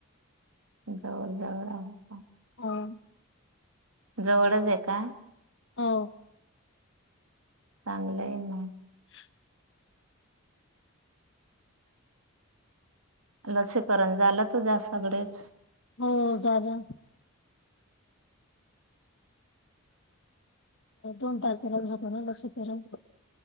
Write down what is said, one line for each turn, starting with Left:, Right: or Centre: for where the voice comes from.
Right: जवळ जवळ आहे.
Left: होय
Right: जवडच आहे का?
Left: हो
Right: चांगलंय ना
Left: <inaudible>
Right: लसीकरण झालं तुझ्या सगडेच
Left: हो झालं दोन तारखेलाच होत ना लसीकरण